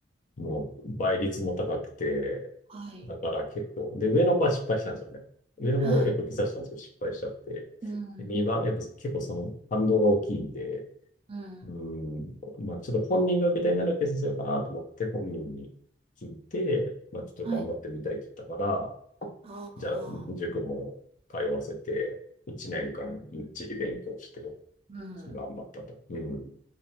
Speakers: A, on the left; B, on the right.
A: もう倍率も高くて、
B: はい。
A: だから結構、で、上の子は失敗したんですよね。上の子もやっぱ受けさたんですよ失敗しちゃって。
B: はい。うん。
A: で、2番、やっぱ結構その反動が大きいんで、
B: うん。
A: うーん、まあちょっと本人が受けたいなら受けさせようかなと思って本人に聞いて、まあちょっと頑張ってみたいって言ったから、
B: はい。ああ、
A: じゃあ塾も通わせて、1年間みっちり勉強して、
B: うん。
A: ちょっ
B: うん
A: と頑張ったと。うん。